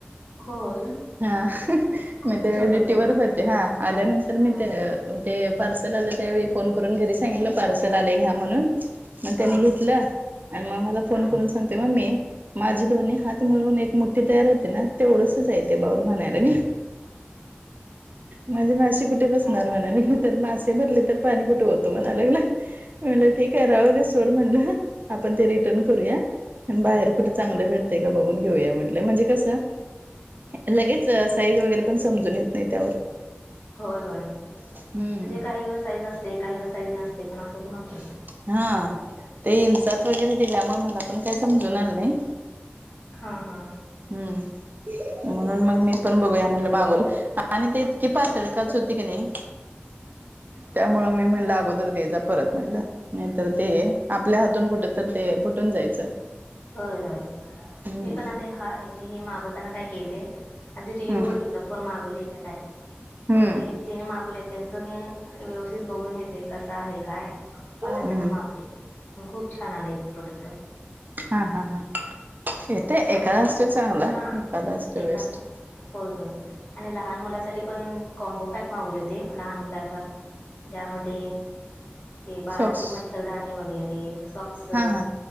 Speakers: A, on the left (about 55°); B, on the right (about 45°).
A: होय
B: हा
A: खूपच
B: मी त्यावेळी
A: छोट
B: ड्युटी
A: होतं
B: वर होते हा. आल्यानंतर
A: हां
B: मी ते-ते पार्सल आलं त्यावेळी फोन करून घरी सांगितलं पार्सल आले घ्या म्हणून. म
A: हां
B: त्यानी घेतलं आणि म मला फोन
A: हां
B: करून सांगतोय मम्मी माझी दोनि हात मिळून एक मुठ्ठी तयार होते ना तेवढंसच आहे ते बाऊल म्हणायला मी. माझे मासे कुठे बस नार म्हणे, नि मग त्यात मासे भरले तर पाणी कुठे ओतु म्हणायलागला. ठीक आहे राहू दे सोड म्हणलं आपण ते रिटर्न करूया. अन बाहेर कुठ चांगलं भेटतय का बघून घेऊया म्हटलं म्हणजे कसं. लगेच साईज वगैरे पण समजून येत नाही त्यावर.
A: होय, होय म्हणजे
B: हम्म.
A: काही वर साईज असते, काहीवर साईज नसते पण असं पण होतं.
B: हा ते इंसात वगैरे दिल्यामुळे मला पण काही समजून आलं नाही
A: हा हां
B: हम्म म्हणून मग मी पण बघूया म्हणलं मागोल आणि ते इतकी पातळ काच होती की नाही त्यामुं मी म्हणलं अगोदर द्याय जा परत म्हणलं नाही तरर ते आपल्या हातून कुठ तर ते फुटून जायचं
A: होय होय
B: हम्म.
A: मी पण आता हा हे मागवताना काय केले आधी रिव्ह्यू
B: हम्म
A: बघितला कोण मागवले का काय
B: हम्म
A: मग ते जेने मागवले त्यांचं मी व्यवस्थित बघून घेते कसं आहे काय मग नंतर
B: हम्म
A: ना मागवले प खूप छान आलेयथ प्रोडक्ट
B: हा हा हा येते
A: आणि
B: एखादा असस्त चांगला
A: हा
B: एखादा असत
A: एकांदा
B: बेस्ट
A: होय होय आणि लहान मुलासाठी पण कॉम्बो पॅक मागवले ते लहान मुलाचा ज्यामध्ये ते बाळाची
B: सॉक्स
A: मच्छरदानी वगैरे सॉक्स
B: हा हा